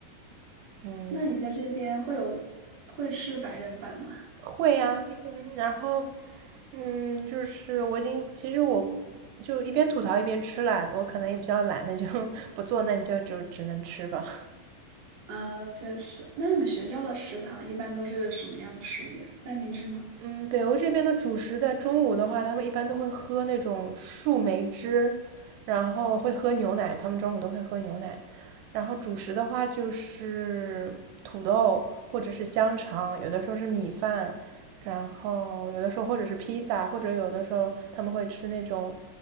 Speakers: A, on the right (about 80°); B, on the right (about 35°).
A: 嗯，
B: 那你在这边会有会吃白人饭吗？
A: 会呀，嗯，然后，嗯，就是我已经，其实我就一边吐槽一边吃啦，我可能也比较懒，那就 <laughs> 不做，那你就就只能吃吧。
B: 呃，确实。那你们学校的食堂一般都是什么样的食物呀？三明治吗？
A: 嗯，北欧这边的主食在中午的话，他们一般都会喝那种树莓汁，然后会喝牛奶，他们中午都会喝牛奶。然后主食的话就是土豆或者是香肠，有的时候是米饭，然后有的时候或者是披萨，或者有的时候他们会吃那种